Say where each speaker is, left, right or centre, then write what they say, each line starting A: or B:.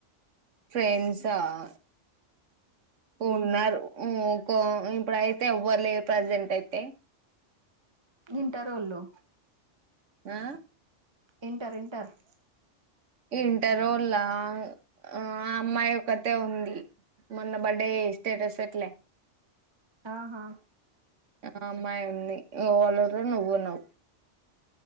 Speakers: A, on the right (about 85°); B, on the right (about 25°).
A: ఫ్రెండ్సా హా ఉన్నారు ఉమ్ ఇంకా ఇప్పుడు అయితే ఎవర్లేర్ ప్రజెంట్ అయితే
B: ఇంటర్ ఒళ్ళు
A: ఆ
B: ఇంటర్ ఇంటర్ అ
A: ఇంటర్ వొళ్ళ ఆ అమ్మాయి ఒక్కతే ఉంది మొన్న బర్త్డే స్టేటస్ పేట్ల
B: ఆహా
A: ఆ అమ్మాయి ఉంది నువ్ వాల నువ్వున్నావు